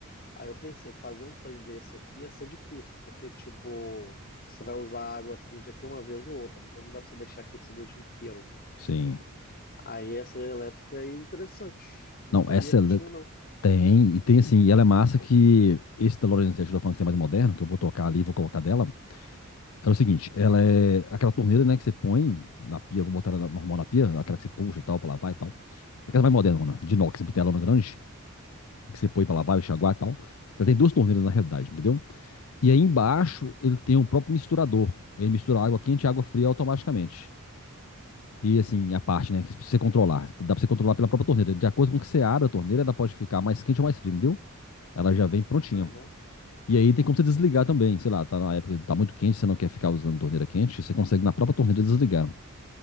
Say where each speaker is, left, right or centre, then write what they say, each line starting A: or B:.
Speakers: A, on the left (about 45°); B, on the left (about 70°).
A: Aí eu pensei, fazer um trem desse aqui ia ser difícil, porque, tipo, você vai usar a água quente aqui uma vez ou outra, então não dá para você deixar aquecido o dia inteiro.
B: Sim.
A: Aí essa elétrica aí é interessante, não
B: Não,
A: sabia
B: essa
A: que
B: é-
A: tinha, não.
B: tem, e tem assim, e ela é massa que esse da Lorenz ajuda falando que é mais moderno, que eu vou trocar ali, e vou colocar dela. É o seguinte, ela é aquela torneira, né, que você põe na pia, vou botar ela na- normal na pia, aquela que você puxa e tal, pra lavar e tal. Aquela mais moderna, mano, de inox, bitelona grande, que você põe pra lavar, enxaguar e tal. Ela tem duas torneiras na realidade, entendeu? E aí embaixo ele tem um próprio misturador. Ele mistura água quente e água fria automaticamente. E assim, a parte, né, que você controlar. Dá pra você controlar pela própria torneira. De acordo com que você abre a torneira, ela pode ficar mais quente ou mais fria, entendeu? Ela já vem prontinha.
A: Aham,
B: E aí tem como você desligar também, sei lá, tá na época, tá muito quente, você não quer ficar usando torneira quente, você consegue na própria torneira desligar.